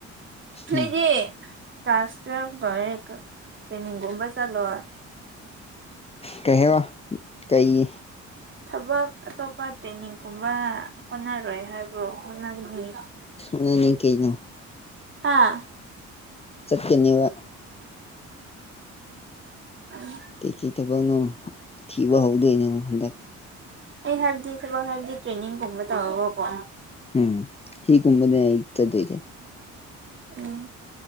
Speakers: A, on the right; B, on the left.
A: ꯅꯪꯗꯤ
B: ꯎꯝ
A: ꯀ꯭ꯂꯥꯁ ꯇꯨꯋꯦꯜꯐ ꯂꯣꯢꯔꯦ ꯇ꯭ꯔꯦꯟꯅꯤꯡꯒꯨꯝꯕ ꯆꯠꯂꯣ
B: ꯀꯍꯦ ꯋꯥ ꯀꯩ
A: ꯊꯕꯛ ꯑꯇꯣꯞꯄ ꯇ꯭ꯔꯦꯟꯅꯤꯡꯒꯨꯝꯕ ꯍꯣꯠꯅꯔꯣꯏ ꯍꯥꯏꯕ꯭ꯔꯣ ꯍꯣꯠꯅꯅꯤ
B: ꯑ ꯅ ꯀꯩꯅꯣ
A: ꯍꯥꯥ
B: ꯆꯠꯀꯅꯤꯕ
A: ꯎꯝ
B: ꯀꯩꯀꯩ ꯊꯕꯛꯅꯣ ꯊꯤꯕ ꯍꯧꯗꯣꯏꯅꯦꯕ ꯍꯟꯗꯛ
A: ꯑꯩ ꯍꯥꯏꯕꯗꯤ ꯊꯕꯛ ꯍꯥꯏꯕꯗꯤ ꯇ꯭ꯔꯦꯅꯤꯡꯒꯨꯝꯕ ꯇꯧꯔꯒꯀꯣ
B: ꯎꯝ ꯍꯤꯒꯨꯝꯕꯅꯦ ꯏ ꯇꯗ ꯏꯗꯦ
A: ꯎꯝ